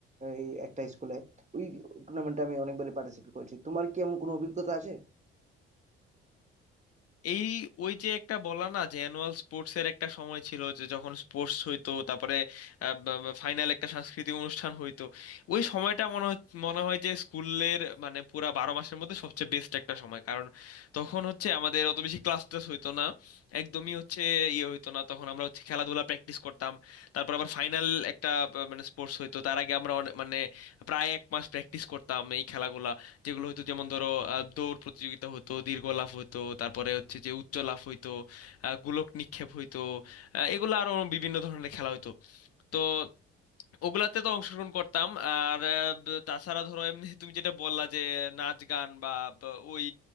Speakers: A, on the right; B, on the left.
A: এই একটা স্কুলে ওই টুর্নামেন্টে আমি অনেকবারই পার্টিসিপেট করেছি তোমার কি এমন কোনো অভিজ্ঞতা আছে
B: এই ওই যে একটা বলা না যে অ্যানুয়াল স্পোর্টস এর একটা সময় ছিল যে যখন স্পোর্টস হইতো তারপরে ফাইনাল একটা সাংস্কৃতিক অনুষ্ঠান হইতো ওই সময়টা মনে হয় মনে হয় যে স্কুলের মানে পুরা বারো মাসের মধ্যে সবচেয়ে বেস্ট একটা সময় কারণ তখন হচ্ছে আমাদের অত বেশি ক্লাস টাস হইতো না একদমই হচ্ছে ইয়ে হইতো না তখন আমরা হচ্ছে খেলাধুলা প্র্যাকটিস করতাম তারপর আবার ফাইনাল একটা আহ, মানে স্পোর্টস হইতো তার আগে আমরা অনে- মানে প্রায় এক মাস প্র্যাকটিস করতাম এই খেলাগুলা যেগুলো হতো যেমন ধরো আহ, দৌড় প্রতিযোগিতা হতো দীর্ঘ লাফ হতো তারপরে হচ্ছে যে উচ্চ লাফ হইতো আহ, গোলক নিক্ষেপ হইতো আহ, এগুলো আরো বিভিন্ন ধরনের খেলা হতো তো ওগুলাতে তো অংশগ্রহণ করতাম আর আহ, ব- তাছাড়া ধরো এমনি তুমি যেটা বললা যে নাচ গান বা ব- ওই